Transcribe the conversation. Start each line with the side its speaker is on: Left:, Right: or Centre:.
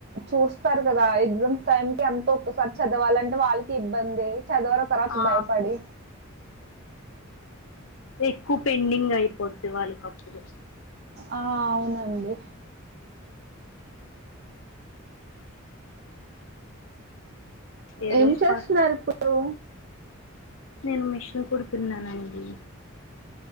Right: చూస్తారు కదా ఎగ్జామ్స్ టైం కి అంత ఒక్కసారి చదవాలంటే వాళ్ళకి ఇబ్బందే చదవారు. <unintelligible>
Left: ఆ
Right: భయపడి.
Left: ఎక్కువ పెండింగ్ అయిపోద్ది వాళ్ళకప్పుడు.
Right: ఆహ్ అవునండి.
Left: ఏ
Right: ఏం
Left: రోజు
Right: చేస్తున్నారు
Left: పాటు
Right: ఇప్పుడు.
Left: నేను మిషన్ కుడుతున్నానండి.